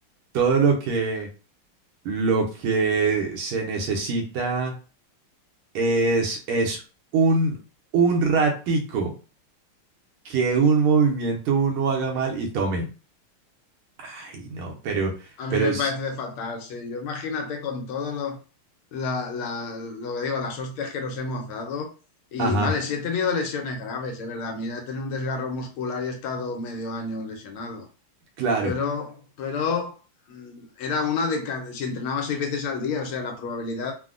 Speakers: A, on the right; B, on the left.
A: todo lo que lo que se necesita es, es un, un ratico que un movimiento uno haga mal y tome. Ay, no, pero,
B: A
A: pero,
B: mí me
A: es
B: parece fatal, sí. Yo imagínate con todo lo, la- la- lo que digo, las hostias que nos hemos dado. Y
A: ajá,
B: vale, sí he tenido lesiones graves, es verdad. Mira, he tenido un desgarro muscular y he estado medio año lesionado.
A: claro.
B: Pero, pero mm, era una de cada, si entrenaba seis veces al día, o sea, la probabilidad